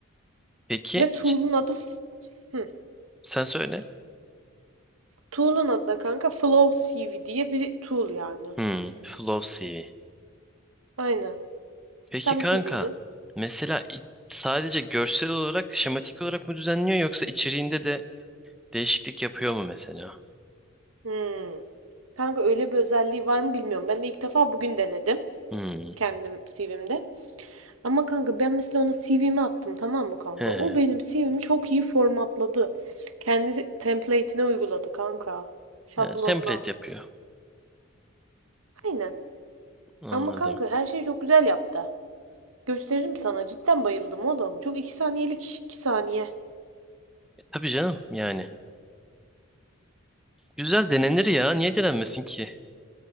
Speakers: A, in the centre; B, on the right.
A: Peki
B: Ve tool'un
A: iç-
B: adı hı.
A: sen söyle.
B: Tool'un adı da kanka Flow CV diye bir tool yani.
A: Hı, flow CV.
B: Aynen.
A: Peki
B: Sen
A: kanka
B: bir şey diyordun.
A: mesela i- sadece görsel olarak şematik olarak mı düzenliyor yoksa içeriğinde de değişiklik yapıyor mu mesela?
B: Hımm. Kanka öyle bir özelliği var mı bilmiyorum. Ben de ilk defa bugün denedim.
A: Hı.
B: Kendim CV'mde. Ama kanka ben mesela ona CV'mi attım tamam mı kanka?
A: He he.
B: O benim CV'mi çok iyi formatladı. Kendi template'ine uyguladı kanka. Şablonuna.
A: He, template yapıyor.
B: Aynen.
A: Anladım.
B: Ama kanka her şeyi çok güzel yaptı. Gösteririm sana. Cidden bayıldım oğlum. Çok 2 saniyelik iş 2 saniye.
A: E, tabii canım yani. Güzel denenir ya. Niye denenmesin ki?